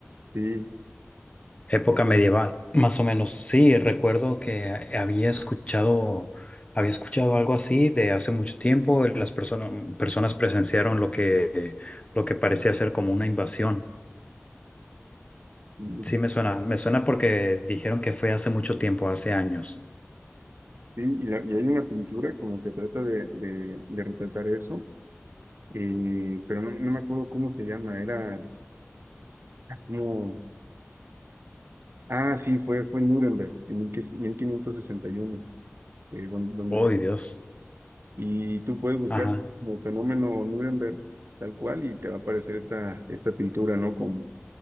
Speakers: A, on the right (about 60°); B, on the left (about 25°).
A: Sí,
B: Época medieval, más o menos. Sí, recuerdo que a- había escuchado, había escuchado algo así de hace mucho tiempo. Las personas personas presenciaron lo que, lo que parecía ser como una invasión.
A: mm,
B: Sí, me suena, me suena porque dijeron que fue hace mucho tiempo, hace años.
A: sí, y, la- y hay una pintura como que trata de, de, de retratar eso, eh, pero no, no me acuerdo cómo se llama, era como, ah, sí, fue, fue en Nuremberg, en 1561, eh, don- donde,
B: Oh,
A: se,
B: Dios.
A: y tú puedes buscar
B: Ajá.
A: como fenómeno Nuremberg tal cual y te va a aparecer esta, esta pintura, ¿no? con